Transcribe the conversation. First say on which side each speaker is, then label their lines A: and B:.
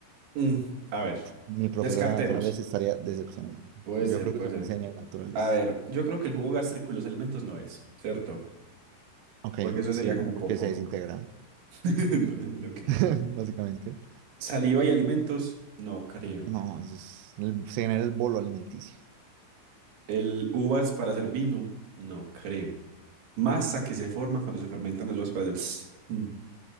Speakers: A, on the right; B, on the right.
A: Mm, a ver,
B: Mi profesora
A: descartemos.
B: de naturales estaría decepcionada.
A: Puede
B: Yo
A: ser,
B: creo que
A: puede
B: se
A: ser.
B: me enseña en naturales.
A: A ver, yo creo que el jugo gástrico y los alimentos no es, ¿cierto?
B: Ok,
A: Porque eso
B: sí,
A: sería como popó.
B: porque se desintegra.
A: <laughs> Lo que
B: <laughs>
A: queda.
B: básicamente.
A: Saliva y alimentos, no creo.
B: No, eso es, el- se genera el bolo alimenticio.
A: El uvas para hacer vino, no creo. Masa que se forma cuando se fermentan las uvas para hacer. <sniffs> Mm.